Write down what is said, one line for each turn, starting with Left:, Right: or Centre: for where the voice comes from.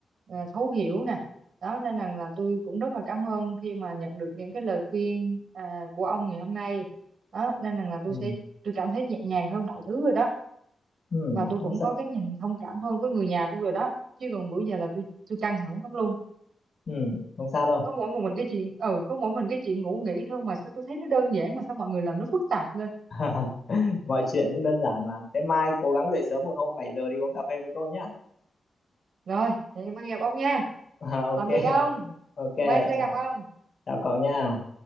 Right: à, thấu hiểu nè đó nên rằng là tôi cũng rất là cảm ơn khi mà nhận được những cái lời khuyên à, của ông ngày hôm nay đó nên rằng là tôi
Left: Ừ.
Right: sẽ tôi cảm thấy nhẹ nhàng hơn mọi thứ rồi đó
Left: Ừ.
Right: và tôi
Left: không
Right: cũng
Left: sao
Right: có cái nhìn thông cảm hơn với người nhà tôi rồi đó chứ còn bữa giờ là tôi tôi căng thẳng lắm luôn
Left: ừ. không sao đâu
Right: có mỗi một mình cái chuyện ừ có mỗi mình cái chuyện ngủ nghỉ thôi mà sao tôi thấy nó đơn giản mà sao mọi người làm nó phức tạp lên
Left: <laughs> mọi chuyện cũng đơn giản mà thế mai cố gắng dậy sớm một hôm 7 giờ đi uống cà phê với tôi nhá <laughs>
Right: rồi vậy mai gặp ông nha
Left: à, ok
Right: tạm biệt ông
Left: ok ok
Right: mai sẽ
Left: chào
Right: gặp ông
Left: chào cậu nha